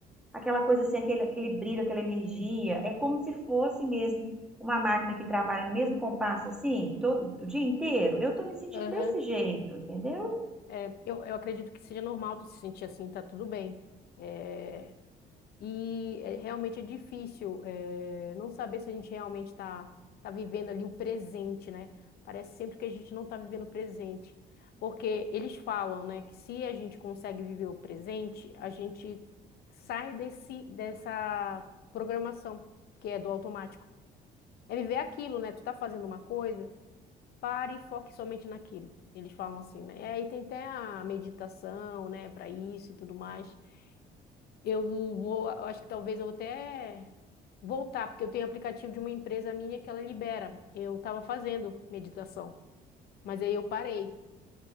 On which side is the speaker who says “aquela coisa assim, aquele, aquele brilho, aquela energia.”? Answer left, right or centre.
Centre